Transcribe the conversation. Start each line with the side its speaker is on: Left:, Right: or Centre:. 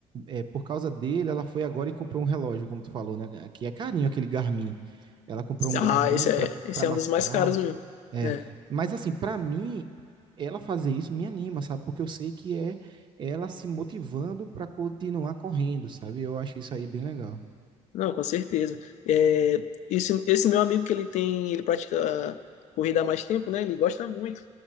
Right: é, por causa dele, ela foi agora e comprou um relógio, como tu falou, né? Que é carinho aquele Garmin. Ela comprou um
Left: Ah,
Right: Garmin
Left: esse é,
Right: para
Left: esse
Right: para marcar.
Left: é um dos mais caros mesmo.
Right: É,
Left: É.
Right: mas assim, para mim, ela fazer isso me anima, sabe? Porque eu sei que é ela se motivando para continuar correndo, sabe? Eu acho isso aí bem legal.
Left: Não, com certeza. É, esse, esse meu amigo que ele tem, ele pratica corrida há mais tempo, né? Ele gosta muito.